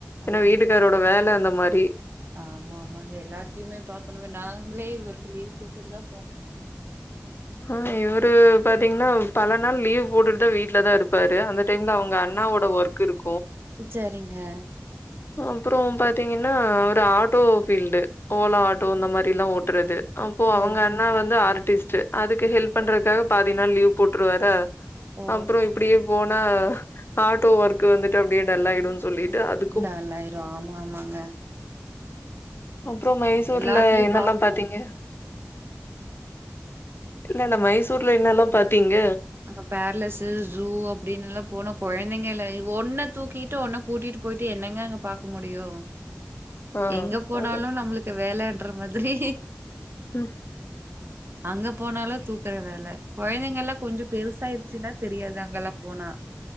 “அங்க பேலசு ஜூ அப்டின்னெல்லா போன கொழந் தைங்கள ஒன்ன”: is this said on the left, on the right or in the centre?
Right